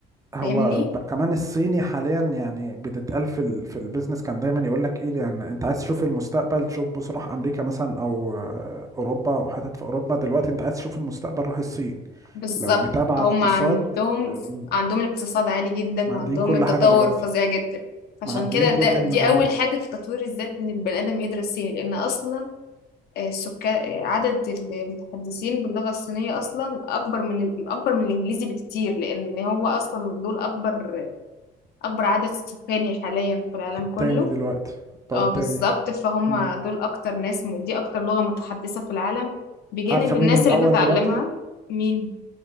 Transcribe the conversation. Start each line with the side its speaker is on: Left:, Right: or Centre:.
Right: هو
Left: فاهمني
Right: بقى كمان الصيني حاليا يعني بتتقال في ال... في البيزنس كان دايما يقول لك ايه يعني انت عايز تشوف المستقبل تشوف بص روح امريكا مثلا او آه، اوروبا او حتت في اوروبا دلوقتي انت عايز تشوف المستقبل روح الصين
Left: بالظبط
Right: لو متابع
Left: هم
Right: اقتصاد
Left: عندهم
Right: آم،
Left: عندهم الاقتصاد عالي جدا
Right: معديين
Left: وعندهم
Right: كل
Left: التطور
Right: حاجة دلوقتي
Left: فظيع جدا عشان
Right: معديين
Left: كده
Right: كل
Left: ده
Right: المجالات
Left: دي أول حاجة في تطوير الذات إن البني آدم يدرس صيني لأن أصلا آه، السكان آه، عدد المتحدثين باللغة الصينية أصلا أكبر من أكبر من الإنجليزي بكتير لأن هو أصلا دول أكبر أكبر عدد سكاني حاليا في العالم
Right: التاني
Left: كله
Right: دلوقتي بقوا
Left: اه
Right: التاني
Left: بالظبط فهم
Right: مم.
Left: دول أكتر ناس دي أكتر لغة متحدثة في العالم بجانب
Right: عارفة مين
Left: الناس
Right: الاول
Left: اللي بتتعلمها
Right: دلوقتي
Left: مين